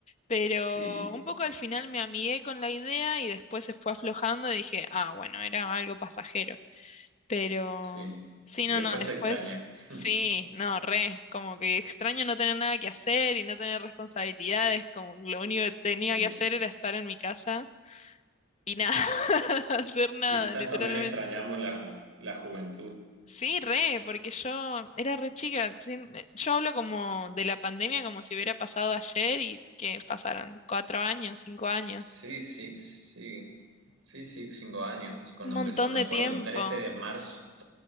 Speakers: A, on the left (about 35°); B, on the right (about 70°).
A: Pero
B: sí,
A: un poco al final me amigué con la idea y después se fue aflojando y dije, ah, bueno, era algo pasajero. Pero
B: sí.
A: sí,
B: Y
A: no,
B: después
A: no, después
B: se extraña.
A: sí,
B: <laughs>
A: no, re, como que extraño no tener nada que hacer y no tener responsabilidades, como que lo único que tenía
B: Sí.
A: que hacer era estar en mi casa y nada, <laughs> hacer nada,
B: Quizás
A: literalmente.
B: también extrañamos la, la juventud.
A: Sí, re, porque yo era re chica, sin- yo hablo como de la pandemia como si hubiera pasado ayer y que pasaron cuatro años, cinco años,
B: Sí, sí, sí. Sí, sí, cinco años cuando
A: un
B: empezó.
A: montón
B: Me
A: de
B: acuerdo
A: tiempo.
B: el 13 de marzo